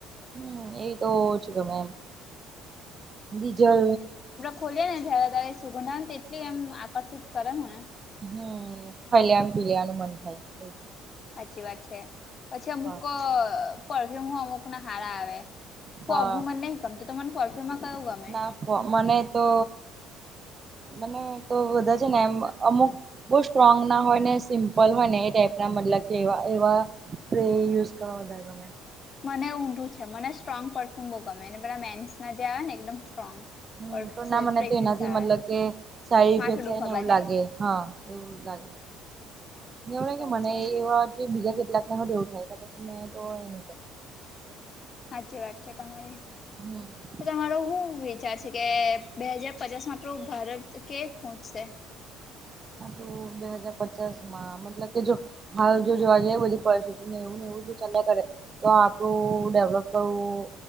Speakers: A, on the right; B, on the left.
A: હમ એ તો જ ગમે એમ બીજા
B: ખોલી ને જ્યારે ત્યારે સુગંધા ને તેટલી એમ આકર્ષિત કરે હો ને
A: હમમ ખાલેમ પીલેનુ મ થાય એ
B: સાચી વાત છે પછી અમુક
A: હા
B: પરફ્યુમ અમુક ના હારા આવે ફોગ
A: હા
B: નું મને નહી ગમત ત મને ફફ્યુમાં કયું ગમે
A: ના મને તો મને તો બધા છે ને એમ અમુક બહ સ્ટ્રોંગ ના હોય ને સિમ્પ ફલ હોય ને એ ટાઈપ ના મતલબ કે એવા સ્પ્રે યુઝ કરો બ તમે
B: મને ઊંડું છે મને સ્ટ્રોંગ પરફ્યુમ બો ગમે અનેને પેલા મેન્સના જે આવે ને એકદમ સ્ટ્રોંગ
A: હમ
B: પર
A: તો ના મને
B: ફ્રેગ્રન્સ
A: તો એનાથી
B: આવે
A: મતલબ કે સાઈડ
B: માથું
A: ઇફેક્ટ થાય
B: દુખવા
A: ને એવું
B: બાજે
A: લાગે હા એવું લાગે
B: સાચી
A: એવડે કે
B: વાત
A: મને
B: છે
A: એવા બીજા કેટલાક ને ેવું થાય હતા પછી મેં તો એ ન
B: હાચી વાત છે એ તમારે
A: હમ
B: તો તમારો શું વિચાર છે કે બે હાજાર પચાસ માં આપણું ભારત કે પહોંચશે
A: હ બે હજાર પચાસ માં મતલબ કે જો હાલ જો જોવા જઈએ બધી પરિસ્થિતિ ને એવું ને એવું જો ચાલીયા કરે. તો આપડું ડેવલોપ કરવું